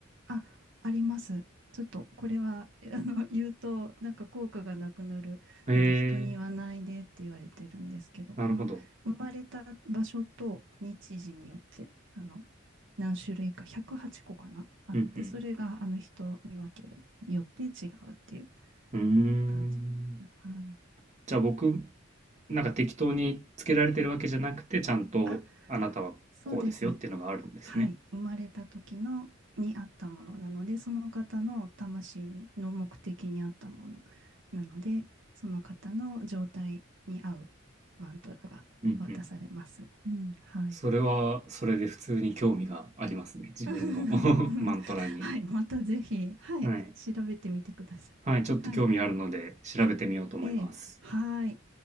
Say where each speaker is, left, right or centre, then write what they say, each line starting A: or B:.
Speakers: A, on the right (about 65°); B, on the right (about 35°).
A: あ、あります。ちょっとこれは <laughs> あの言うとなんか効果がなくなるので人に言わないでって言われてるんですけど、
B: ええ、なるほど。
A: この生まれた場所と日時によってあの何種類か108個かなあって、
B: うん
A: それがあの人に分けるよって違うっていう
B: うん。うーん。
A: 感じ。はい。
B: じゃあ僕、なんか適当につけられてるわけじゃなくて、ちゃんとあなたはこうですよっていうのがあるんですね。
A: あ、そうです。はい、生まれた時のにあったものなので、その方の魂にの目的にあったものなので、その方の状態に合うマントラが渡されます。
B: うんうん。
A: うん、はい。
B: それは、それで普通に興味がありますね。自分の
A: <laughs>
B: <laughs> マントラに。
A: はい、またぜひ、はい、
B: はい。
A: 調べてみてください。
B: はい、ちょっと興味あるので調べてみようと思います。
A: はい。ええ、はい。